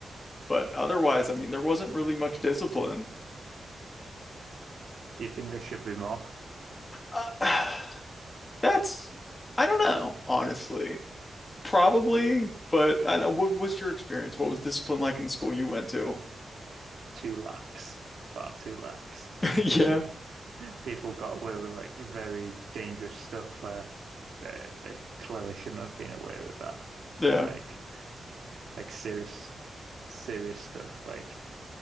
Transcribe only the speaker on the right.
you think there should be more?
Too lax. Far too lax.
As
in, people got away with like very dangerous stuff where they, they clearly shouldn't have been away with that.
Like like serious serious stuff like